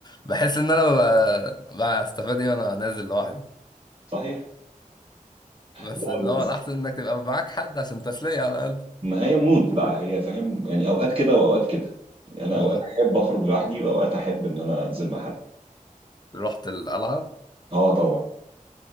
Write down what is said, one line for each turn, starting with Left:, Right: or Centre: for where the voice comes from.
Left: بحس ان انا ببقى ببقى استفاد ايه وانا نازل لوحدي
Right: صحيح
Left: بس
Right: لا
Left: اللي هو
Right: بس
Left: الاحسن انك تبقى معاك حد عشان تسليه على الاقل
Right: ما هي مود بقى هي فاهم يعني اوقات كده واوقات كده يعني انا
Left: مم.
Right: اوقات احب اخرج لوحدي واوقات احب ان انا انزل مع حد
Left: رحت القلعه
Right: اه طبعا